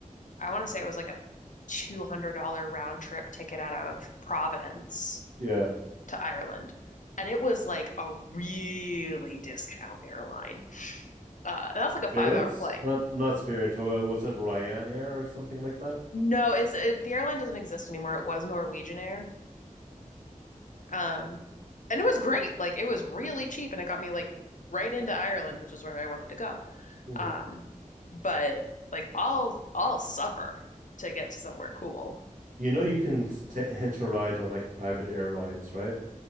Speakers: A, on the left; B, on the right.
A: I want to say it was like a $200 round trip ticket out of Providence
B: yeah,
A: to Ireland. And it was like a really discount airline. Uh, and that's like a five
B: Spirits,
A: hour flight.
B: not not Spirit. Oh, uh, was it Ryanair or something like that?
A: No, is it, the airline doesn't exist anymore. It was Norwegian Air. Um, and it was great. Like it was really cheap and it got me like right into Ireland, which is where I wanted to go.
B: Mm.
A: Um, but like I'll I'll suffer to get to somewhere cool.
B: You know, you can t- hitch a ride on like private airlines, right?